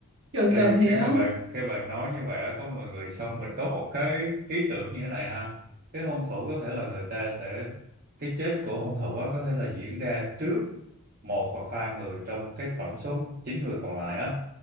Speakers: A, on the right (about 60°); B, on the right (about 45°).
A: kiểu
B: thì
A: kiểu thế
B: khi
A: á
B: mà bạn khi bạn nói như vậy á, có mọi người xong mình có một cái ý tưởng như thế này ha cái hung thủ có thể là người ta sẽ cái chết của hung thủ á, có thể là diễn ra trước một hoặc hai người trong cái tổng số chín người còn lại á